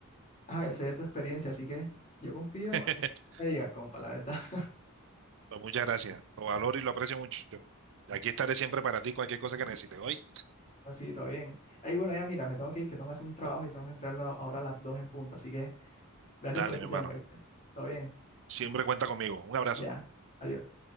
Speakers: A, on the left; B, on the right.
A: ah, yo sé de tu experiencia, así que yo confío
B: <laughs>
A: en lo que tú me diga, compa, la verdad. <laughs>
B: Pues muchas gracias. Lo valoro y lo aprecio mucho. Aquí estaré siempre para ti, cualquier cosa que necesites. Oye,
A: Así, todo bien. Ahí, bueno, ya mira, me tengo que ir, que tengo que hacer un trabajo y tengo que entrarlo ahora a las dos en punto, así que gracias
B: dale,
A: por escucharme,
B: mi hermano.
A: ¿viste? Todo bien,
B: Siempre cuenta conmigo. Un abrazo.
A: ya, adiós.